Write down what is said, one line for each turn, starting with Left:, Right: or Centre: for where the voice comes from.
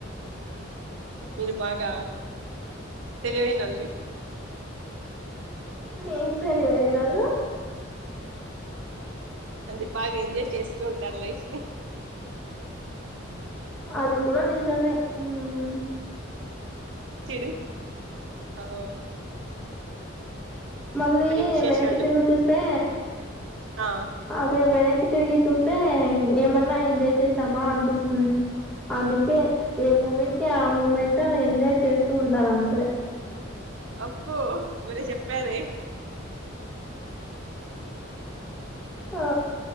Right: మీరు బాగా తెలివైనోళ్ళు.
Centre: ఏం తెలివైనోళ్ళు?
Right: అంటే బాగా ఎంజాయ్ చేస్తూ ఉంటారు లైఫ్ని
Centre: అది కూడా నిజమే. మ్
Right: తిడు అవున్
Centre: మళ్ళీ
Right: విశేషాలు
Centre: వెనక్కి తిరురు చూస్తే
Right: ఆ
Centre: అదే వెనక్ క్కి తిరిగి చూస్తే ఏమన్నా ఎంజాయ్ చేసామా అన్పిస్తుంది. అందుకే ఏ మూమెంట్కి ఆ మూమెంట్ ఎంజాయ్ చేస్తూ ఉండాలంతే
Right: అబ్బో భలే చెప్పారే
Centre: ఆ